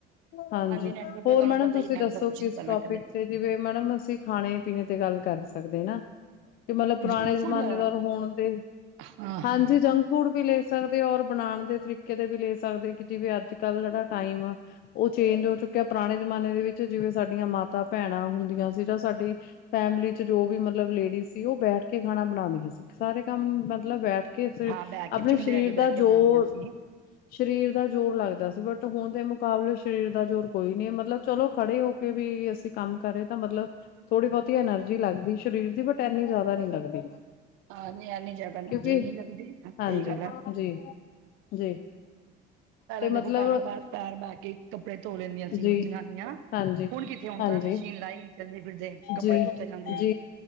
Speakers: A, on the left; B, on the right.
A: ਹਾਂਜੀ
B: ਨੈਟਵਰਕ
A: ਹੋਰ
B: ਦਾ ਤੁਹਾਨੂੰ
A: ਮੈਡਮ
B: ਪਤਾ
A: ਤੁਸੀਂ
B: ਹੀ ਨੈਟ
A: ਦੱਸੋ
B: ਦਾ ਕੁਛ
A: ਕਿਸ
B: ਨੀ ਪਹਿਲਾਂ
A: ਟੋਪਿਕ
B: ਕਦੇ
A: ਤੇ ਜਿਵੇਂ ਮੈਡਮ ਅਸੀਂ ਖਾਣੇ ਪੀਣੇ ਤੇ ਗੱਲ ਕਰ ਸਕਦੇ ਨਾ ਕਿ ਮਤਲਬ ਪੁਰਾਣੇ
B: ਜੰਕ
A: ਜਮਾਨੇ
B: ਫੂਡ ਵਾਲਾ
A: ਦਾ ਹੋਣ ਦੇ
B: ਹਾਂ
A: ਹਾਂਜੀ
B: ਹਾਂ
A: ਜੰਕ ਫੂਡ ਵੀ ਲੈ ਸਕਦੇ ਔਰ ਬਣਾਣ ਦੇ ਤਰੀਕੇ ਤੇ ਵੀ ਲੈ ਸਕਦੇ ਕਿ ਜਿਵੇਂ ਅੱਜ ਕੱਲ੍ਹ ਜਿਹੜਾ ਟਾਈਮ ਆ ਉਹ ਚੇਂਜ ਹੋ ਚੁੱਕਿਆ ਪੁਰਾਣੇ ਜਮਾਨੇ ਦੇ ਵਿੱਚ ਜਿਵੇਂ ਸਾਡੀਆਂ ਮਾਤਾ ਭੈਣਾਂ ਹੁੰਦੀਆਂ ਸੀ ਜਾਂ ਸਾਡੀ ਫੈਮਲੀ ਚ ਜੋ ਵੀ ਮਤਲਬ ਲੇਡੀਜ਼ ਸੀ ਉਹ ਬੈਠ ਕੇ ਖਾਣਾ ਬਣਾਂਦੀਆਂ ਸੀ ਸਾਰੇ ਕੰਮ ਮਤਲਬ ਬੈਠ ਕੇ ਕਿ
B: ਹਾਂ ਬਹਿ
A: ਆਪਣੇ
B: ਕੇ ਚੁੱਲ੍ਹੇ
A: ਸਰੀਰ
B: ਅੱਗੇ
A: ਦਾ
B: ਬਹਿ ਕੇ
A: ਜ਼ੋਰ
B: ਬਣਾਉਂਦੀਆਂ ਸੀ
A: ਸਰੀਰ ਦਾ ਜ਼ੋਰ ਲੱਗਦਾ ਸੀ ਬਟ ਹੁਣ ਦੇ ਮੁਕਾਬਲੇ ਸਰੀਰ ਦਾ ਜ਼ੋਰ ਕੋਈ ਨਹੀਂ ਮਤਲਬ ਚਲੋ ਖੜੇ ਹੋ ਵੀ ਅਸੀਂ ਕੰਮ ਕਰ ਰਹੇ ਤਾਂ ਮਤਲਬ ਥੋੜ੍ਹੀ ਬਹੁਤੀ ਐਨਰਜੀ ਲੱਗਦੀ ਸਰੀਰ ਦੀ ਬਟ ਇਨੀ ਜ਼ਿਆਦਾ ਨਹੀਂ ਲੱਗਦੀ
B: ਹਾਂ ਇਨੀ ਜਿਆਦਾ ਐਨਰਜੀ
A: ਕਿਉਂਕਿ
B: ਨੀ ਲੱਦੀ ਸਹੀ
A: ਹਾਂਜੀ,
B: ਗੱਲ ਆ
A: ਜੀ ਜੀ
B: ਪਹਿਲਾਂ
A: ਤੇ
B: ਦੇਖੋ
A: ਮਤਲਬ
B: ਪੈਰਾਂ ਬਾਹਰ ਪੈਰ ਬ ਕੇ ਕੱਪੜੇ ਧੋ ਲੈਂਦੀਆਂ ਸੀ
A: ਜੀ,
B: ਜਨਾਨੀਆਂ
A: ਹਾਂਜੀ,
B: ਹੁਣ ਕਿੱਥੇ ਹੁਣ
A: ਹਾਂਜੀ।
B: ਤਾਂ ਮਸ਼ੀਨ ਲਾਈ ਚੱਲਦੇ ਫਿਰਦੇ ਕੱਪੜੇ
A: ਜੀ,
B: ਧੋਤੇ ਜਾਂਦੇ ਆ
A: ਜੀ,